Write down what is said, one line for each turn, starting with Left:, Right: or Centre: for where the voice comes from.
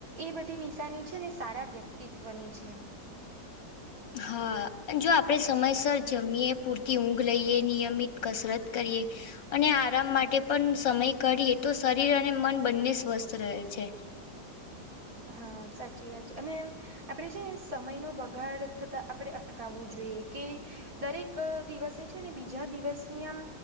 Right: એ બધી નિશાની છે ને સારા વ્યક્તિત્વની છે
Left: હા અને જો આપડણે સમયસર જમીયએ પૂરતી ઊંઘ લઈએ નિયમિત કસરત કરીએ અને આરામ માટે પણ સમય ઘાઢએ તો શરીર અને મન બંને સ્વસ્થ રહે છે
Right: હા સાચી વાત છે અને આપણે છે ને સમય નો બગાડ થતા આપણે અટકાવવું જોઈએ કે દરેક દિવસે છે ને બીજા દિવસની આમ